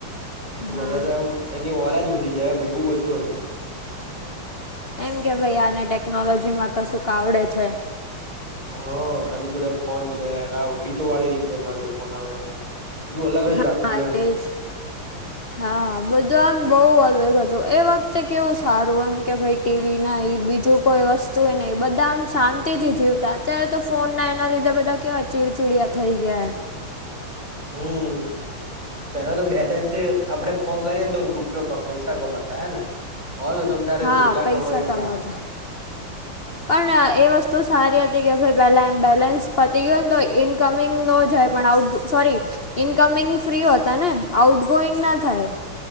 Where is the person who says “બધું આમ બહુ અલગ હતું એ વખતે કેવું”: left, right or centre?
Left